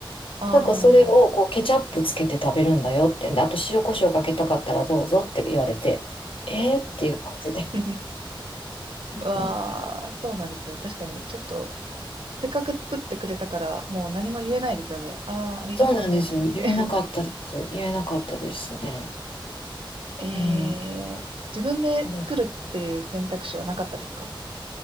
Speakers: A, on the right (about 80°); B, on the left (about 80°).
A: あ
B: なんかそれをこうケチャップつけて食べるんだよってんで、
A: あー、
B: あと塩コショウかけたかったらどうぞって言われて、えーっていう感じで。
A: <laughs>
B: うん
A: わあ、そうなんですね。確かに、ちょっと、せっかく作ってくれたから、もう何も言えないですよね。ああ、ありがとうって。
B: そうなんですよ。言えなかったです。言えなかったですね。
A: <laughs> えー、
B: うん。
A: 自分で作るっていう選択肢はなかったですか
B: そうで、